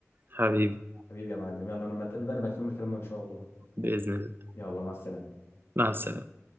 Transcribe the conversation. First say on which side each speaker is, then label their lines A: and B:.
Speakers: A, on the right; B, on the left.
A: حبيبي
B: حبيبي يا معلم يلا لما تقابل بقى نبقى نكمل كلامنا إن شاء الله
A: باذن الله
B: يلا مع السلامة
A: مع السلامه